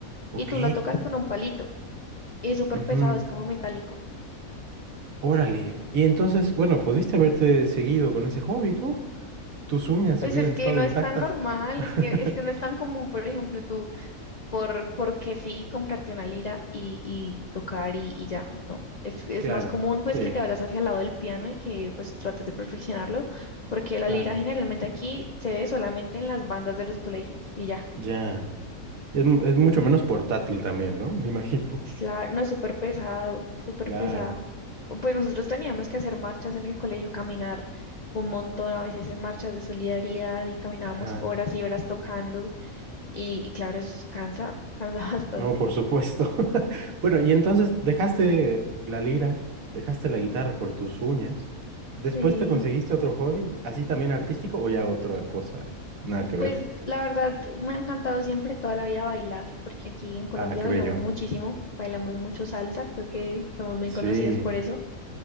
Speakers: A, on the right; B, on the left.
A: ok.
B: y tú lo tocas con un palito. y Es súper
A: Ujú,
B: pesado, es como metálico.
A: Órale. Y entonces, bueno, pudiste haberte seguido con ese hobby, ¿no? Tus uñas
B: Pues
A: hubieran
B: es
A: estado
B: que no
A: intactas.
B: es tan normal,
A: <laughs>
B: es que, es que no es tan común, por ejemplo, tú, por, porque sí, comprarte una lira y, y tocar y, y ya, ¿no? Es, es
A: Claro,
B: más común pues
A: sí,
B: que te vayas hacia el lado del piano y que pues trates de perfeccionarlo, porque la
A: claro.
B: lira generalmente aquí se ve solamente en las bandas de los colegios y ya.
A: Ya. Es, mu- es mucho menos portátil también, ¿no? <laughs> Me imagino.
B: Claro, no es súper pesado, es súper
A: Claro.
B: pesado. Pues nosotros teníamos que hacer marchas en el colegio, caminar un montón, a veces en marchas de solidaridad y caminábamos
A: Ajá.
B: horas y horas tocando y, y claro, eso cansa, cansa <laughs> bastante.
A: No, por supuesto. <laughs> Bueno, y entonces dejaste la lira, dejaste la guitarra por tus uñas. ¿Después
B: Sí,
A: te conseguiste otro hobby, así también artístico o ya otra cosa? Nada que ver.
B: pues la verdad me ha encantado siempre toda la vida bailar, porque aquí en Colombia
A: Ah, qué
B: bailamos
A: bello.
B: muchísimo, bailamos mucho salsa, creo que somos muy
A: Sí.
B: conocidos por eso.